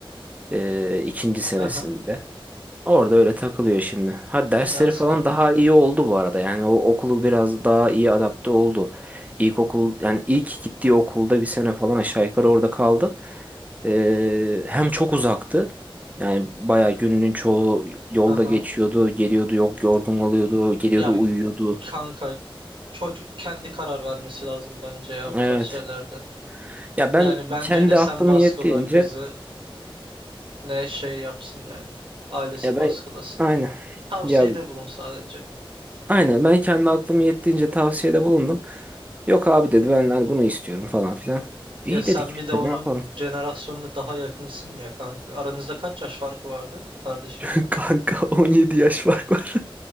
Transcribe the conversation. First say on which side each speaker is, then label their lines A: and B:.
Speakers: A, on the right; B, on the right.
A: E, ikinci senesinde.
B: Aha.
A: Orada öyle takılıyor şimdi. Ha dersleri
B: İyi az
A: falan
B: kalmış.
A: daha iyi oldu bu arada. Yani o okulu biraz daha iyi adapte oldu. İlkokul yani ilk gittiği okulda bir sene falan aşağı yukarı orada kaldı. Ee, hem çok uzaktı. Yani bayağı gününün çoğu yolda
B: Aha.
A: geçiyordu, geliyordu, yok yorgun oluyordu, geliyordu,
B: Ya
A: uyuyordu.
B: kanka Çocuk kendi karar vermesi lazım bence ya bu
A: Evet.
B: tarz şeylerde.
A: Ya ben
B: Yani bence
A: kendi
B: ne sen
A: aklım
B: baskıla
A: yettiğince
B: kızı ne şey yapsın yani. Ailesi
A: ya
B: baskılasın.
A: ben aynen.
B: Tavsiyede
A: Ya
B: bulun sadece.
A: Aynen ben kendi aklım yettiğince tavsiyede bulundum. Yok abi dedi ben hani bunu istiyorum falan filan. İyi
B: Ya sen
A: dedik
B: bir
A: biz
B: de onun
A: de ne yapalım.
B: jenerasyonuna daha yakınsın ya kanka. Aranızda kaç yaş farkı vardı kardeşinle?
A: <laughs> Kanka 17 yaş fark var.